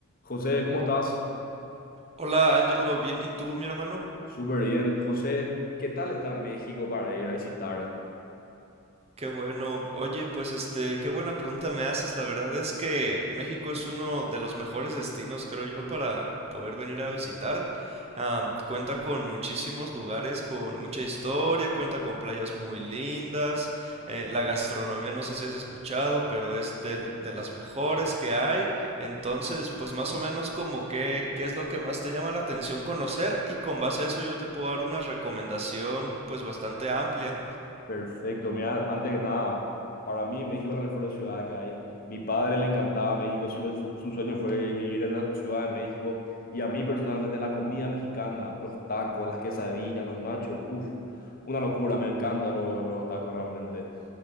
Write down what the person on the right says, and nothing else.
Hola Ángelo, bien, ¿y tú, mi hermano?
Qué bueno. Oye, pues este, qué buena pregunta me haces. La verdad es que México es uno de los mejores destinos, creo yo, para poder venir a visitar. Ah, cuenta con muchísimos lugares, con mucha historia, cuenta con playas muy lindas. Eh, la gastronomía, no sé si has escuchado, pero es del- de las mejores que hay. Entonces, pues más o menos como que, qué es lo que más te llama la atención conocer y con base a eso yo te puedo dar una recomendación pues bastante amplia.